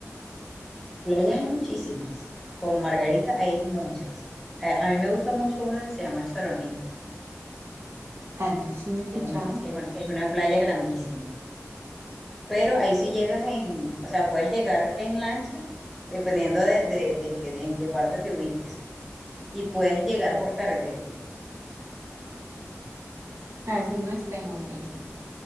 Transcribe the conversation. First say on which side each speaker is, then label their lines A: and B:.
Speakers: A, in the centre; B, on the right (about 55°).
A: playas hay muchísimas, como Margarita hay muchas. Eh, A, mí me gusta mucho una que se llama Choroní,
B: Ah, no sé si no he escuchado.
A: es una, es un- es una playa grandísima pero ahí sí llegas en, o sea, puedes llegar en lancha, dependiendo de, de, de que- de en qué parte te ubiques, y puedes llegar por carretera.
B: Ah, ese no está en una isla.